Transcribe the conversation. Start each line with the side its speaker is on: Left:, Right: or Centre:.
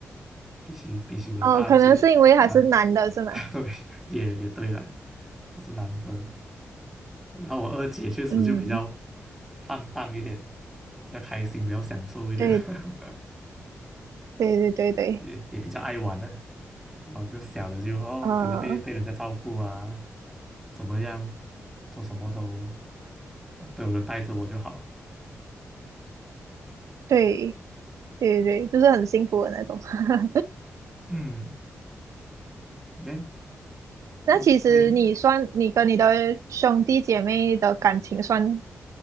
Centre: 比起比起我的大姐啊，
Right: 哦，可能是因为还是男的是吗？
Centre: <laughs> 对，也也对啦，我是男生。然后我二姐确实就比较
Right: 嗯，
Centre: 放荡一点，比较开心，比较享受一点。
Right: 对
Centre: <laughs>
Right: 对对对对，
Centre: 也也比较爱玩呢、然后这个小的就哦，
Right: 呃，
Centre: 等着被被人家照顾啊，怎么样，做什么都呃都有人带着我就好。
Right: 对对对，就是很幸福的那种。<laughs>
Centre: 嗯，那
Right: 那其实你算，
Centre: 你所以
Right: 你跟你的兄弟姐妹的感情算